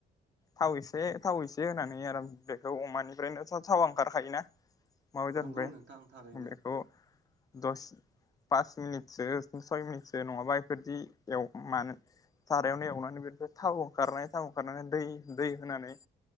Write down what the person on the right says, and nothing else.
नंगौ नोंथां थारैनो